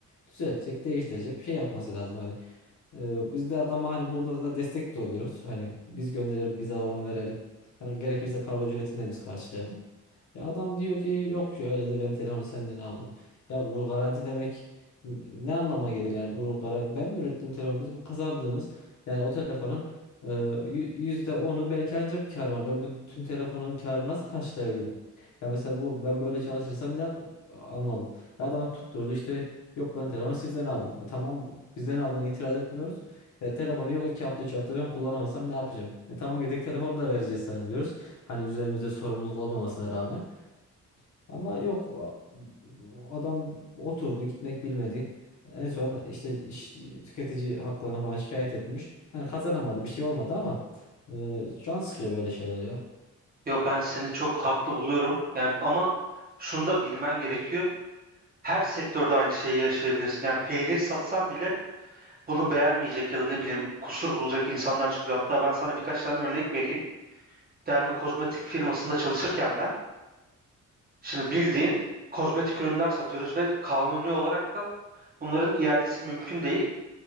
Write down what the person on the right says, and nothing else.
Yo ben seni çok haklı buluyorum. Yani ama şunu da bilmen gerekiyor. Her sektörde aynı şeyi yaşayabilirsin. Yani peynir satsan bile bunu beğenmeyecek ya da ne bileyim kusur bulacak insanlar çıkıyor. Hatta ben sana birkaç tane örnek vereyim. Derme kozmetik firmasında çalışırken ben şimdi bildiğin kozmetik ürünler satıyoruz ve kanuni olarak da bunların iadesi mümkün değil.